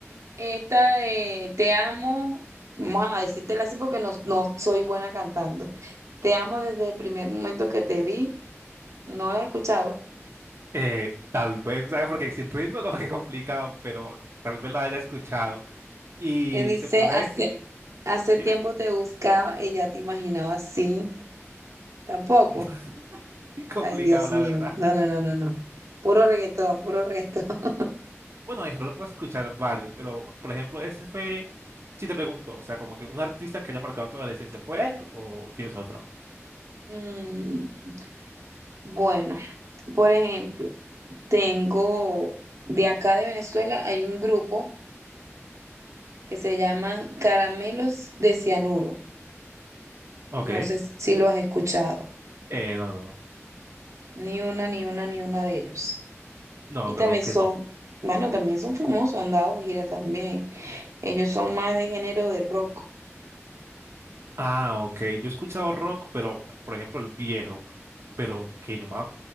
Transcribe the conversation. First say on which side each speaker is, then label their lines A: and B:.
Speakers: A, on the right (about 85°); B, on the right (about 60°).
A: esta de Te amo, vamos a decírtela así porque no, no soy buena cantando. Te amo desde el primer momento que te vi, no la he escuchado.
B: Eh, tal vez, o sea, porque sin ritmo como que complicado, pero tal vez la haya escuchado. Y
A: Que dice,
B: se podrá decir,
A: Hace
B: dime,
A: tiempo te buscaba y ya te imaginaba así. Tampoco.
B: <laughs> complicado
A: Ay, Dios
B: la
A: mío.
B: verdad.
A: No, no, no, no, no. Puro reggaetón, puro reggaetón. <laughs>
B: Bueno, en general puedo escuchar varios, pero por ejemplo, ese fue, si te pregunto, o sea, como que un artista que haya marcado toda la esencia, ¿fue él o tienes otro?
A: Mm, bueno, por ejemplo, tengo de acá de Venezuela hay un grupo que se llama Caramelos de Cianuro.
B: Ok.
A: No sé si lo has escuchado.
B: Eh, no, no,
A: Ni una, ni una, ni una de ellos.
B: no,
A: Y
B: creo
A: también
B: que
A: son,
B: no.
A: bueno, también son famosos, han dado giras también. Ellos son más de género de rock.
B: Ah, ok. Yo he escuchado rock, pero por ejemplo, el viejo, pero que yo me